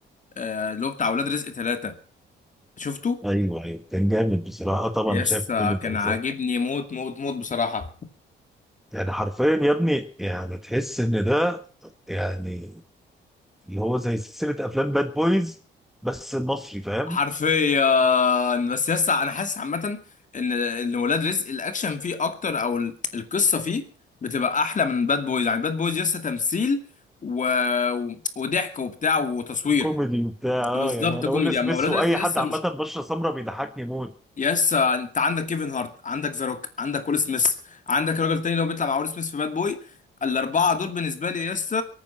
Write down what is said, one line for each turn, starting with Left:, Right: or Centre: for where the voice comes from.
Left: آه، اللي هو بتاع ولاد رزق ثلاثة شفته
Centre: ايوه ايوه كان جامد بصراحه طبعا
Left: يس
Centre: انا شايف كل الاجزاء
Left: كان عاجبني موت موت موت بصراحه
Centre: يعني حرفيا يا ابني يعني تحس ان ده يعني اللي هو زي سلسله افلام باد بويز بس المصري فاهم
Left: حرفيا بس يس انا حاسس عامه ان ان ولاد رزق الاكشن فيه اكتر او ال- القصه فيه بتبقى احلى من باد بويز يعني باد بويز يس تمثيل و... وضحك وبتاع وتصوير
Centre: كوميدي وبتاع اه
Left: بالظبط
Centre: يعني انا
Left: كوميدي
Centre: ويل سميث
Left: اما ولاد
Centre: واي
Left: رزق لسه
Centre: حد عامه
Left: مش
Centre: بشره سمراء بيضحكني موت
Left: يس انت عندك كيفن هارت عندك ذا روك عندك ويل سميث عندك راجل تاني لو بيطلع مع ويل سميث في باد بوي الاربعه دول بالنسبه لي يس